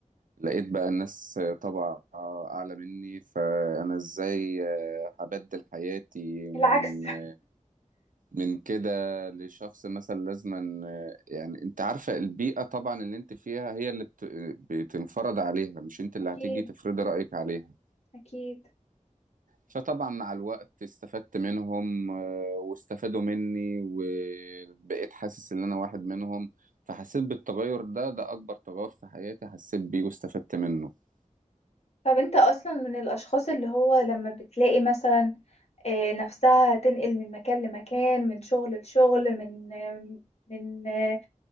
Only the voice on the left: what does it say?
العكس
<laughs> اكيد
اكيد
طب انت اصلا من الاشخاص اللي هو لما بتلاقي مثلا آه، نفسها تنقل من مكان لمكان من شغل لشغل من آه، من آه،